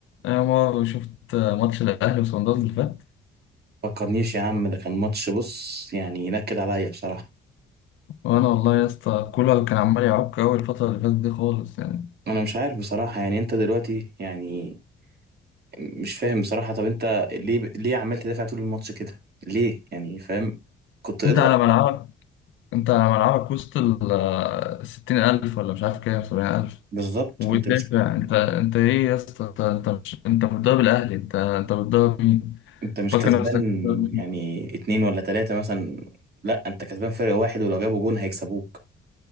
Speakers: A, on the left; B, on the right.
A: انا مرة شفت ماتش الاهلي وصن داونز اللي فات
B: فكرنيش يا عم ده كان ماتش بص يعني ينكد عليا بصراحة
A: وانا والله يا اسطى كولر كان عمال يعك اول الفتره اللي فاتت دي خالص يعني
B: انا مش عارف بصراحة يعني انت دلوقتي يعني مش فاهم بصراحة طب انت ليه ليه عمال تدافع طول الماتش كده ليه يعني فاهم كنت اضغط
A: انت على ملعبك انت على ملعبك وسط ال 60000 ولا مش عارف كام 70000
B: بالظبط
A: وتدافع
B: انت مش
A: انت انت ايه يا اسطى انت انت مش انت بتضرب الاهلي انت انت بتضرب مين
B: انت مش
A: فاكر
B: كسبان
A: نفسك بتضرب مين
B: يعني اتنين ولا تلاتة مثلا لا انت كسبان فرق واحد ولو جابوا جون هيكسبوك